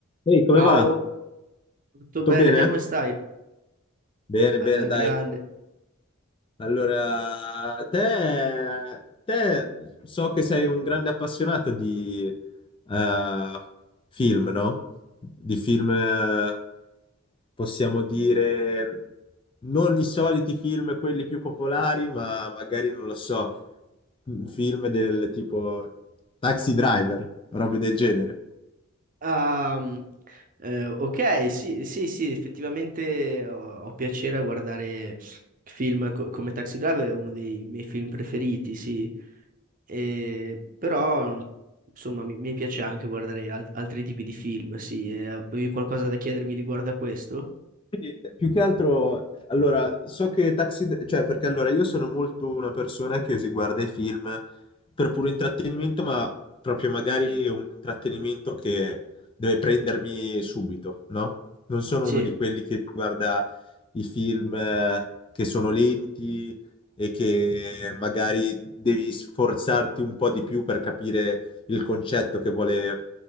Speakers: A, on the left; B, on the right.
A: Ehi, come
B: Ciao,
A: va?
B: tutto
A: Tutto
B: bene?
A: bene?
B: Te come stai?
A: Bene,
B: Alla
A: bene, dai.
B: grande.
A: Allora, te, te so che sei un grande appassionato di eh, film, no? Di film, eh, possiamo dire, non i soliti film, quelli più popolari, ma magari, non lo so, film del tipo Taxi Driver, robe del genere.
B: Ah, mm, eh, ok, sì, sì, sì, effettivamente ho, ho piacere a guardare film co- come Taxi Driver, è uno dei miei film preferiti, sì. E, però, insomma, mi, mi piace anche guardare al- altri tipi di film, sì. E avevi qualcosa da chiedermi riguardo a questo?
A: Sì, Più che altro, allora, so che Taxi, Dr- cioè perché allora io sono molto una persona che si guarda i film per puro intrattenimento, ma proprio magari un intrattenimento che deve prendermi subito, no? Non sono
B: Sì,
A: uno di quelli che guarda i film eh, che sono lenti e che magari devi sforzarti un po' di più per capire il concetto che vuole,